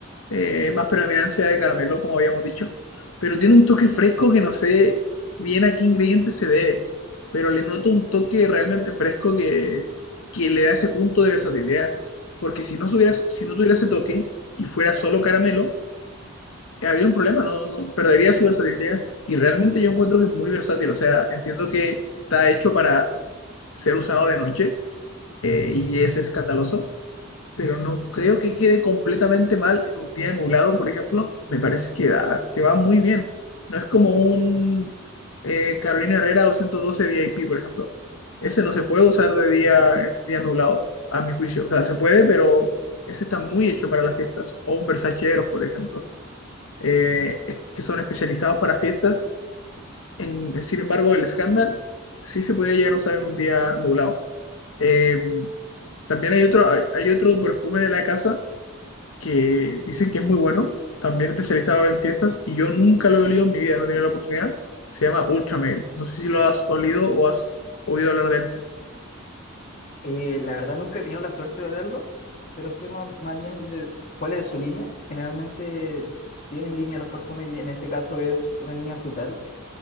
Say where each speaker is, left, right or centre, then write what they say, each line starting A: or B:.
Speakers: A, on the left; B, on the left.
A: eh, más predominancia de caramelo, como habíamos dicho. Pero tiene un toque fresco que no sé bien a qué ingrediente se debe, pero le noto un toque realmente fresco que, que le da ese punto de versatilidad. Porque si no, subieras- si no tuviera ese toque y fuera solo caramelo, habría un problema, ¿no? No- Perdería su versatilidad. Y realmente yo encuentro que es muy versátil. O sea, entiendo que está hecho para ser usado de noche eh, y es escandaloso pero no creo que quede completamente mal en un día nublado, por ejemplo. Me parece que, da- que va muy bien. No es como un eh, Carolina Herrera 212 VIP, por ejemplo. Ese no se puede usar de día en día nublado, a mi juicio. O sea, se puede, pero ese está muy hecho para las fiestas. O un Versace Eros, por ejemplo, eh, es- que son especializados para fiestas. En- sin embargo, el Scandal sí se podría llegar a usar en un día nublado. Eh, también hay otro, hay hay otro perfume de la casa que dicen que es muy bueno, también especializado en fiestas, y yo nunca lo he olido en mi vida, no he tenido la oportunidad. Se llama Ultrameal. No sé si lo has olido o has oído hablar de él.
B: Eh, la verdad nunca he tenido la suerte de leerlo, pero sé más, más bien de cuál es su línea. Generalmente tienen línea los perfumes y en este caso es una línea frutal.